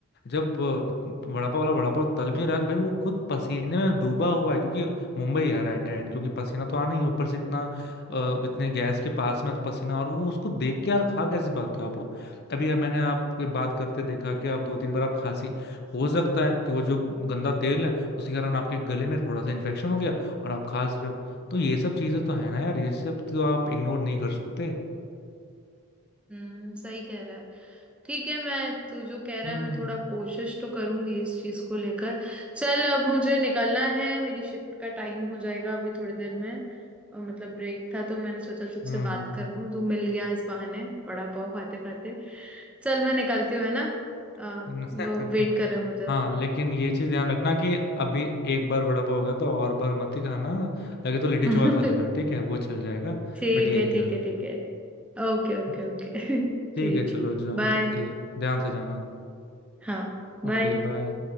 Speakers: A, on the left; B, in the centre.
A: जब अ, वड़ा पाव वाला वड़ा पाव तल भी रहा है तो भाई वो खुद पसीने में डूबा हुआ है क्योंकि मुंबई आ रहा है डेंट क्योंकि पसीना तो आना ही है, ऊपर से इतना अ, इतने गैस के पास में तो पसीना और वो उसको देख के यार खा कैसे पाते हो आप लोग अभी मैंने आपके बात करते देखा कि आप दो तीन बार आप खांसी हो सकता है कि वो जो गंदा तेल है उसके कारण आपके गले में थोड़ा सा इन्फेक्शन हो गया और आप खांस रहे हो तो ये सब चीजें तो है ना यार ये सब तो आप इग्नोर नहीं कर सकते
B: हम्म सही कह रहा है ठीक है मैं तू जो कह रहा
A: हम्म
B: है मैं थोड़ा कोशिश तो करूंगी इस चीज को लेकर चल अब मुझे निकलना है मेरी शिफ्ट का टाइम हो जाएगा अभी थोड़ी देर में और मतलब ब्रेक था तो मैंने सोचा तुझसे
A: हम्म
B: बात कर लूं तू मिल गया इस बहाने वड़ा पाव खाते खाते चल मैं निकलती हूँ है ना आ,
A: हम्म
B: वो वेट कर रहे होंगे
A: <laughs> हाँ लेकिन ये चीज ध्यान रखना कि अभी एक बार वड़ा पाव हो गया तो और बार मत ही खाना लगे तो लिट्टी
B: उधर
A: चोखा खा लेना
B: <laughs>
A: ठीक है वो चल जाएगा
B: ठीक
A: बट ये
B: है
A: नहीं
B: ठीक
A: खाना
B: है ठीक है Okay okay
A: हाँ,
B: okay <laughs>
A: ठीक
B: ठीक
A: है चलो
B: है
A: जाओ
B: बाय
A: ओके ध्यान से जाना
B: हाँ बाय
A: Okay bye